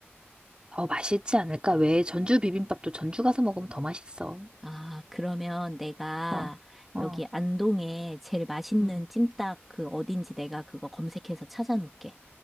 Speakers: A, on the right; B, in the centre.
A: 더 맛있지 않을까? 왜 전주 비빔밥도 전주 가서 먹으면 더 맛있어.
B: 아, 그러면 내가
A: 어. 어.
B: 여기 안동에 제일 맛있는
A: 음.
B: 찜닭 그 어딘지 내가 그거 검색해서 찾아놓을게.